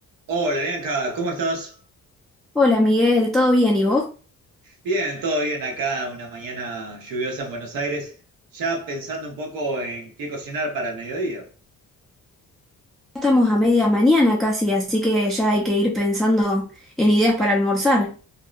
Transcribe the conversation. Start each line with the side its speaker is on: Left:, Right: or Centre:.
Right: Hola Bianca, ¿cómo estás?
Centre: Hola Miguel, ¿todo bien? ¿Y vos?
Right: Bien, todo bien acá, una mañana lluviosa en Buenos Aires, ya pensando un poco en qué cocinar para el mediodía.
Centre: Ya Estamos a media mañana casi, así que ya hay que ir pensando en ideas para almorzar.